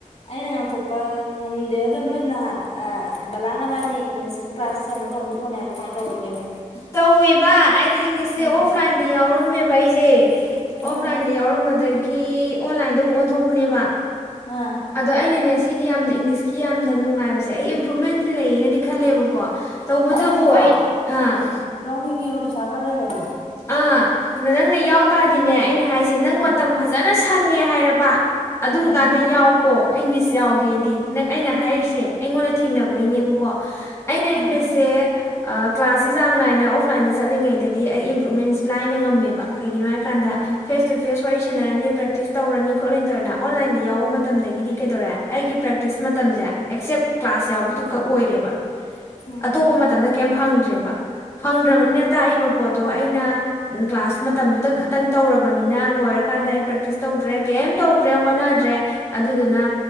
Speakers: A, on the left; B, on the left.
A: ꯑꯩꯅ ꯉꯥꯡꯊꯣꯛꯄ ꯉꯝꯗꯦ ꯑꯗ ꯅꯣꯏ ꯅꯍꯥꯟ ꯕꯂꯥꯅꯕꯥꯅꯤ ꯏꯪꯂꯤꯁꯀꯤ ꯀ꯭ꯂꯥꯁ ꯀ ꯌꯥꯝꯣ ꯇꯧꯅꯤꯣꯠꯅꯦ ꯍꯥꯏ ꯑꯗꯨ ꯀꯃꯥꯏꯅ ꯇꯧꯒꯦꯕ
B: ꯇꯧꯋꯦꯕ ꯑꯩꯗꯣ ꯏꯪꯂꯤꯁꯁꯦ
A: ꯑꯥ
B: ꯑꯣꯐꯂꯥꯏꯟꯗ ꯌꯥꯎꯔꯝꯃꯦꯕ ꯑꯩꯁꯦ ꯑꯣꯐꯥꯏꯟ
A: ꯑꯥ
B: ꯌꯎꯔꯝ ꯍꯝꯕꯗꯒꯤ ꯑꯣꯟꯂꯥꯏꯟꯗ ꯑꯃꯨꯛ ꯑꯣꯟꯊꯣꯛꯄꯅꯦꯕ
A: ꯑꯥ
B: ꯑꯗꯣ ꯑꯩꯅꯅꯦ ꯁꯤꯒꯤ ꯌꯥꯝꯅ ꯏꯪꯂꯤꯁ ꯀꯤ ꯌꯥꯝꯅ ꯅꯨꯡꯉꯥꯏꯕꯁꯦ ꯑꯩ ꯄꯣꯃꯦꯟ ꯂꯩꯌꯦꯅꯗꯤ ꯈꯜꯂꯦꯕꯀꯣ ꯇꯧꯕꯇꯕꯨ
A: ꯑꯩꯁꯨꯀꯣ
B: ꯑꯩ ꯑꯥ
A: ꯎꯝ ꯌꯥꯎꯅꯤꯡꯉꯦꯕ ꯄꯩꯁꯥ ꯔ ꯂꯩꯔꯗꯤ
B: ꯑꯥ ꯅꯪꯅ ꯌꯥꯎꯗꯥꯗꯤꯅꯦ ꯑꯩꯅ ꯍꯥꯏꯁꯦ ꯅꯪ
A: ꯎꯝ
B: ꯃꯇꯝ ꯐꯖꯅ ꯀꯟꯅ ꯁꯪꯉꯦ ꯍꯥꯏꯔꯕ ꯑꯗꯨꯝ
A: ꯎꯝ
B: ꯀꯥꯟꯗ ꯌꯥꯎ ꯏꯪꯂꯤꯁꯤ ꯌꯥꯎꯒꯦꯗꯤ
A: ꯎꯝ
B: ꯅꯪ ꯑꯩꯅ ꯍꯥꯏꯔꯤꯁꯦ ꯑꯩꯉꯣꯟꯗ ꯊꯦꯡꯅꯕꯩꯅꯦꯕꯀꯣ
A: ꯎꯝ
B: ꯑꯩꯅ
A: ꯎꯝ
B: ꯏꯪꯂꯤꯁꯁꯦ ꯀ꯭ꯂꯥꯁꯁꯤꯦ ꯆꯥꯡ ꯅꯥꯏꯅ ꯑꯣꯐꯂꯥꯏꯟꯗ ꯆꯠꯂꯤꯉꯩꯗꯗꯤ ꯑꯩ ꯀꯀ꯭ꯔꯨꯠꯃꯦꯟꯁꯦ ꯂꯥꯏꯅ ꯉꯝꯃꯦꯕ ꯀꯩꯒꯤꯅꯣ ꯍꯥꯏ ꯀꯥꯟꯗ
A: ꯎꯝ
B: ꯐꯦꯁ ꯇꯨ ꯐꯦꯁ ꯋꯥꯔꯤ ꯁꯥꯟꯅꯔꯅꯤ ꯄ꯭ꯔꯦꯛꯇꯤꯁ ꯇꯧꯔꯅꯤ ꯈꯣꯠꯂꯅꯤ ꯇꯧꯔꯦꯅ ꯑꯣꯟꯂꯥꯏꯟꯗ ꯌꯥꯎꯕ ꯃꯇꯝꯗꯒꯤꯗꯤ ꯀꯩꯗꯧꯔꯦ ꯑꯩꯒꯤ ꯄ꯭ꯔꯦꯛꯇꯤꯁ ꯃꯇꯝꯁꯦ ꯑꯦꯛꯁꯦꯞ ꯀ꯭ꯂꯥꯁ ꯌꯥꯎꯕꯗꯨ ꯈꯛ ꯑꯣꯏꯔꯦꯕ
A: ꯎꯝ
B: ꯑꯇꯣꯞꯄ ꯃꯇꯝꯗ ꯀꯩꯝ ꯐꯪꯗ꯭ꯔꯦꯕ ꯐꯪꯗ꯭ꯔꯕꯅꯤꯅ
A: ꯎꯝ
B: ꯇꯥꯛꯏꯕ ꯄꯣꯠꯇꯣ ꯇꯣ ꯑꯩ ꯑꯩꯅ ꯀ꯭ꯂꯥꯁ ꯃꯇꯝꯗꯨꯗꯪ ꯈꯇꯪ ꯇꯧꯔꯕꯅꯤꯅ ꯂꯣꯏꯔꯀꯥꯟꯗ ꯑꯩ ꯄ꯭ꯔꯦꯛꯇꯤꯁ ꯇꯧꯗ꯭ꯔꯦ ꯀꯩꯝ ꯇꯧꯗ꯭ꯔꯦ ꯍꯣꯠꯅꯗ꯭ꯔꯦ ꯑꯗꯨꯗꯨꯅ